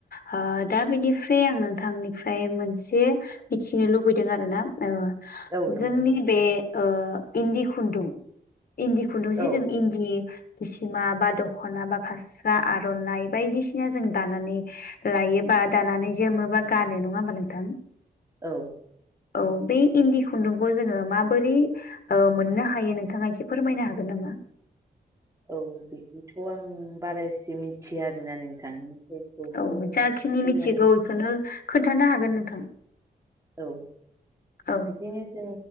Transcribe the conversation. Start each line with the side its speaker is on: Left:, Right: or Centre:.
Left: हा दा बेनिफ्राय आं नोंथांनिफ्राय मोनसे मिथिनो लुबैदों आरो ना? ओ
Right: औ नंगौ
Left: जोंनि
Right: नोंथां
Left: बे ओ इन्दि खुन्दुं इन्दि - खुन्दुंजि
Right: औ
Left: जों इन्दि हिसिमा बा दख'ना बा फास्रा आर'नाइ बायदिसि- सिना दानानै लायोबा दानानै जोमोबा गानो नङा होनबा नोंथां!
Right: औ!
Left: औ बे इन्दि खुन्दुंखौ जोङो माबोरै - ओ मोननो हायो नोंथाङा एसे फोरमायनो हागोन नामा?
Right: औ बिखौथ' आं बारासे मिथिया आरोना नोंथां- फोरमायनाय
Left: औ जाखिनि मिथिगौ बेखौनो खोन्थानो हागोन नोंथां!
Right: औ
Left: औ।
Right: बिदिनो जों